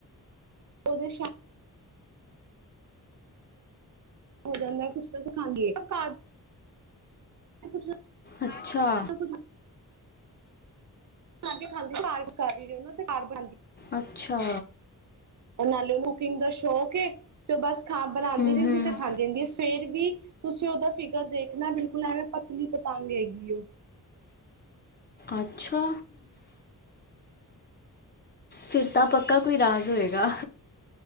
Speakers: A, on the right (about 55°); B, on the left (about 30°).
A: ਉਹਦੇ ਸ਼ ਹੋ ਜਾਂਦਾ ਕੁਛ ਨਾ ਕੁਛ <unintelligible> ਕੁਛ
B: ਅੱਛਾ।
A: ਨਾ ਕੁਛ ਮੰਗਾਂ ਕੇ ਖਾਂਦੀ, ਘਰ ਮੰਗਾਂ ਕੇ ਉਹਨੂੰ ਤੇ ਘਰ ਬਣਾਦੀ
B: ਅੱਛਾ।
A: ਉਹ ਨਾਲੇ ਉਹਨੂੰ ਕੁਕਿੰਗ ਦਾ ਸ਼ੌਕ ਏ ਤੇ ਉਹ ਬਸ ਖਾਂ ਬਣਾਉਦੀ
B: ਹੂੰ
A: ਰਹਿੰਦੀ
B: ਹੂੰ
A: ਤੇ ਖਾਂਦੀ ਰਹਿੰਦੀ। ਫੇਰ ਵੀ ਤੁਸੀਂ ਉਹਦਾ ਫਿਗਰ ਦੇਖਣਾ ਬਿਲਕੁਲ ਐਵੇਂ ਪਤਲੀ ਪਤੰਗ ਹੈਗੀ ਏ ਉਹ।
B: ਅੱਛਾ। ਫਿਰ ਤਾਂ ਪੱਕਾ ਕੋਈ ਰਾਜ ਹੋਏਗਾ।